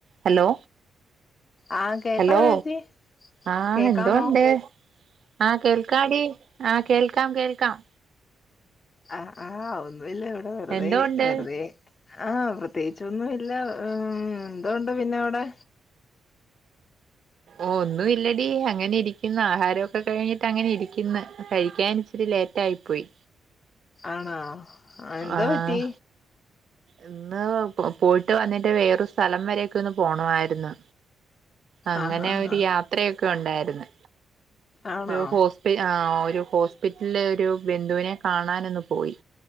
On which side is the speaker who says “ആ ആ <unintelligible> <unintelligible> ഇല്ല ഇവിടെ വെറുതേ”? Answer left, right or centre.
Left